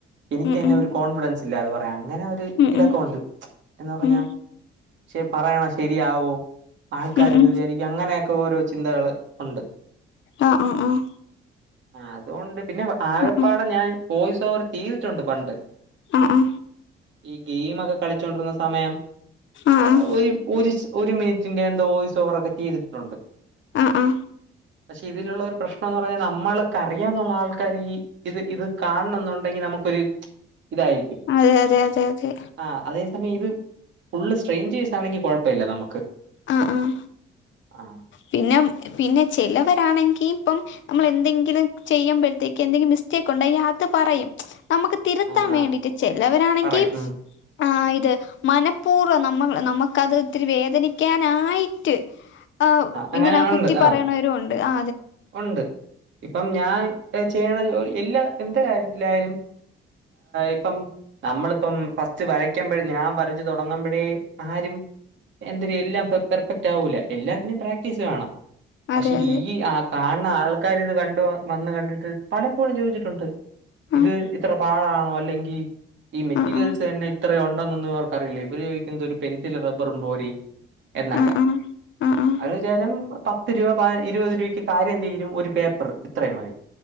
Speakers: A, on the right; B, on the left.
A: എനിക്ക്
B: ഉം
A: എന്നെ
B: ഉം
A: ഒരു കോൺഫിഡൻ ഇല്ലാതെ പറയാം അങ്ങനെ ഒരു
B: ഉം
A: ഇതൊക്കെ
B: ഉം
A: ഉണ്ട് എന്ന് പറഞ്ഞ
B: ഉം
A: ശെ പറയണ ശെരിയാവോ ആൾക്കാര
B: ഉം
A: എന്ത്
B: ഉം
A: വിചാരിക്കും അങ്ങനെയൊക്കെ ഓരോ ചിന്തകള് ഉണ്ട്
B: ആഹ് ആഹ് ആഹ്
A: അതുകൊണ്ട് പിന്നെ ആകപ്പാടെ
B: ഉം ഉം
A: ഞാൻ പോയ്സ് ഓവർ ചെയ്തിട്ടുണ്ട് പണ്ട്
B: ആ ആ
A: ഈ ഗെയിം ഒക്കെ കളിച്ചൊണ്ടിരുന്ന സമയം
B: ആഹ്
A: ആ ഒരു ഒരു ഒരു മിനിറ്റിന്റെ എന്തോ വോയ്സ് ഓവർ ഒക്കെ ചെയ്തിട്ടുണ്ട്
B: ആ ആ
A: പക്ഷെ ഇതിലുള്ള ഒരു പ്രശ്നംന്ന് പറഞ്ഞാൽ നമ്മൾക്ക്റിയന്നുള്ള ആൾക്കാര് ഈ ഇത് ഇത് കാണണം എന്നുണ്ടെങ്കില് നമുക്കൊരു ഇതായിരിക്കും
B: അതെ അതെ അതെ അതെ
A: ആ അതേ സമയം ഇത് ഫുൾ സ്‌ട്രെൻജർസ്ണെങ്കി കുഴപ്പം ഇപ്പല്ല നമുക്ക്
B: ആഹ് ആഹ്
A: ആ
B: പിന്നെ പിന്നെ ചിലവരാണെങ്കി ഇപ്പം നമ്മൾ എന്തെങ്കിലും ചെയ്യുമ്പഴത്തേക്ക് എന്തെങ്കിലും മിസ്റ്റേക്ക് ഉണ്ട അത് പറയും നമുക്ക് തിരുത്താൻ
A: ആ ആ
B: വേണ്ടിട്ട് ചെലവരാണെങ്കി
A: പറയും ഉം
B: ആ ഇത് മനപൂർവം നമ്മൾ നമുക്കത് ഇത്തിരി വേദനിക്കാനായിട്ട് ആ
A: അങ്ങനെ
B: ഇങ്ങനെ
A: ഉണ്ട്
B: കുത്തി
A: ആ
B: പറയണവരും ഉണ്ട് ആ
A: ഉണ്ട് ഇപ്പം ഞാൻ ചെയ്യണ ജോലി എല്ലാ എന്ത് കാര്യത്തിലായാലും ഇപ്പം നമ്മളിപ്പം ഫസ്റ്റ് വരക്കുമ്പോഴേ ഞാൻ വരച്ചു തുടങ്ങുമ്പോഴേ ആരും എന്തരും എല്ലാം പെർഫെക്റ്റ് ആവൂല്ല എല്ലാത്തിനും പ്രാക്ടീസ് വേണം പക്ഷെ
B: അതെ അതെ
A: ഈ ആ കാണുന്ന ആൾക്കാർ ഇത് കണ്ട് വന്ന് കണ്ടിട്ട് പലപ്പോഴും ചോദിച്ചിട്ടുണ്ട്
B: ആഹ്
A: ഇത് ഇത്ര പാടാണോ അല്ലെങ്കി ഈ മെറ്റീരിയൽസ്
B: ആഹ്
A: തന്നെ ഇത്രയു ഇതൊന്നും ഇവർക്കറിയില്ല ഇവര് ചോദിക്കുന്നത് ഒരു പെൻസിലും റബറും പോ <inaudible> എന്നൊക്കെ
B: ആഹ് ആഹ് ആഹ് ആഹ് ആഹ്
A: അവര് വിചാരം പത്ത് രൂപ പ ഇരുപത് രൂപയ്ക്ക് കാര്യം തീരും ഒരു പേപ്പർ ഇത്രയും മതി